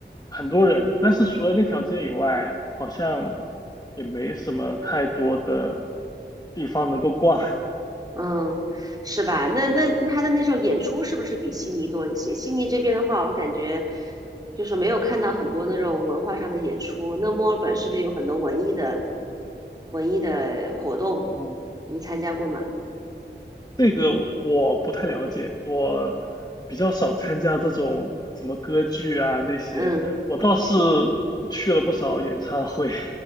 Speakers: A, on the left; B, on the right.
A: 很多人，但是除了那条街以外，好像也没什么太多的地方能够逛。
B: 嗯，是吧？那那那他的那时候演出是不是比悉尼多一些？悉尼这边的话，我感觉就是没有看到很多那种文化上的演出。那墨尔本是不是有很多文艺的文艺的活动？
A: <laughs> 哦
B: 你参加过吗？
A: 这个我不太了解，我比较少参加这种什么歌剧啊那些，
B: 嗯，
A: 我倒是去了不少演唱会。<laughs>